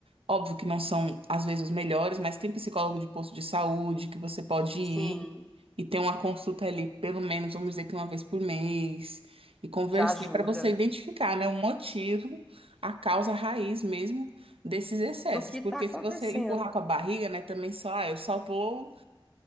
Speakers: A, on the right; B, in the centre.
A: Óbvio que não são, às vezes, os melhores, mas tem psicólogo de posto de saúde que você pode
B: Sim,
A: ir e ter uma consulta ali, pelo menos, vamos dizer que uma vez por mês, e conversar
B: já ajuda.
A: para você identificar, né, o motivo, a causa raiz mesmo desses excessos.
B: Do que está
A: Porque
B: acontecendo.
A: se você empurrar com a barriga, né, também só, ah, eu só vou